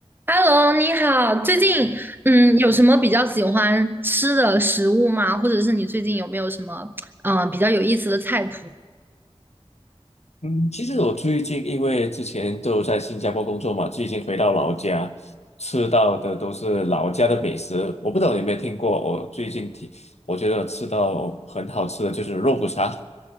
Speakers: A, on the right (about 20°); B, on the left (about 75°).
A: Hello，你好，最近嗯有什么比较喜欢吃的食物吗？或者是你最近有没有什么嗯、呃比较有意思的菜谱？
B: 嗯，其实我最近因为之前都在新加坡工作嘛，最近回到老家，吃到的都是老家的美食。我不知道你有没有听过，我最近听，我觉得吃到很好吃的就是肉骨茶。